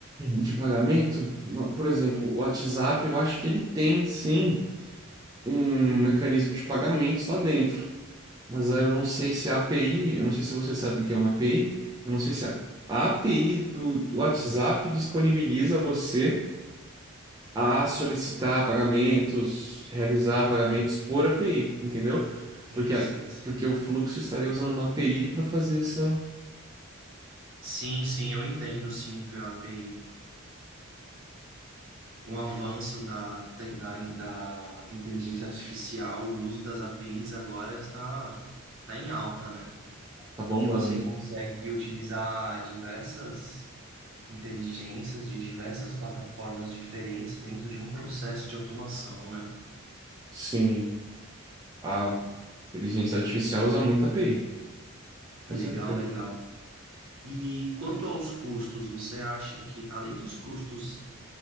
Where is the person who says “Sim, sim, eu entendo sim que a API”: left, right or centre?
Right